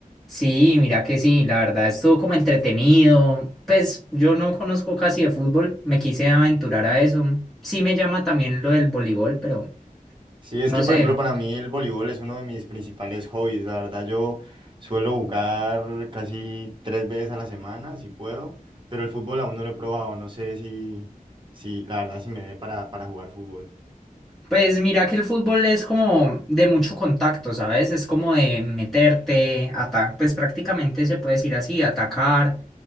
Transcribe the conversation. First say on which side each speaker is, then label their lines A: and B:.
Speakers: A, in the centre; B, on the right (about 35°).
A: Sí, mira que sí, la verdad estuvo como entretenido. Pues yo no conozco casi de fútbol, me quise aventurar a eso. Sí me llama también lo del voleibol, pero
B: Sí, es
A: no
B: que, por
A: sé.
B: ejemplo, para mí el voleibol es uno de mis principales hobbies. La verdad, yo suelo jugar casi tres veces a la semana, si puedo, pero el fútbol aún no lo he probado. No sé si, si la verdad, si me dé para, para jugar fútbol.
A: Pues mira que el fútbol es como de mucho contacto, ¿sabes? Es como de meterte, atacar, pues prácticamente se puede decir así, atacar.